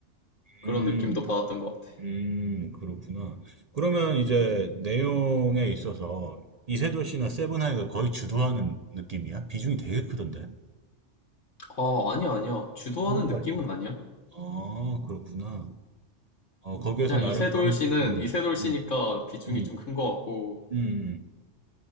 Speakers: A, on the left; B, on the right.
A: 그런
B: 음.
A: 느낌도 받았던 것 같아.
B: 음. 음, 그렇구나. 그러면 이제 내용에 있어서 이세돌 씨나 세븐하이가 거의 주도하는 느낌이야? 비중이 되게 크던데.
A: 아, 아니야, 아니야. 주도하는
B: 그건 또
A: 느낌은
B: 아니야.
A: 아니야.
B: 아, 그렇구나. 어, 거기에서
A: 그냥
B: 나름
A: 이세돌
B: 병,
A: 씨는
B: 음,
A: 이세돌 씨니까
B: 음,
A: 비중이
B: 음,
A: 좀 큰 것 같고,
B: 음,